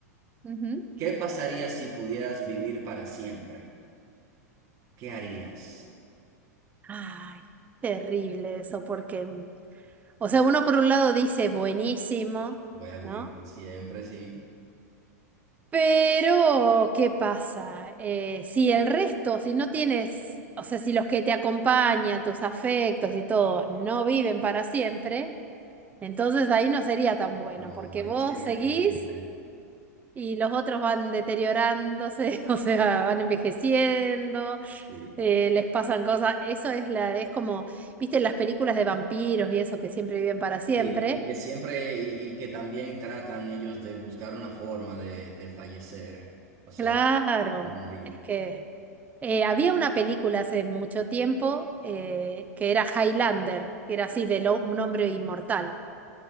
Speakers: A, on the right; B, on the right.
A: Ujú.
B: ¿Qué pasaría si pudieras vivir para siempre? ¿Qué harías?
A: Ay, terrible eso, porque, o sea, uno por un lado dice buenísimo,
B: Voy a vivir
A: ¿no?
B: como siempre, sí.
A: Pero, ¿qué pasa? Eh, si el resto, si no tienes, o sea, si los que te acompañan, tus afectos y todos no viven para siempre, entonces ahí no sería tan bueno,
B: No,
A: porque
B: ahí
A: vos
B: sería
A: seguís
B: terrible.
A: y los otros van deteriorándose, <laughs> o sea, van envejeciendo,
B: Sí.
A: eh, les pasan cosas. Eso es la, es como, viste, en las películas de vampiros y eso que siempre viven para siempre.
B: Sí, y que siempre, y, y que también tratan ellos de buscar una forma de, de fallecer, o sea,
A: Claro,
B: morir.
A: es que. Eh, había una película hace mucho tiempo eh, que era Highlander, que era así de lo- un hombre inmortal.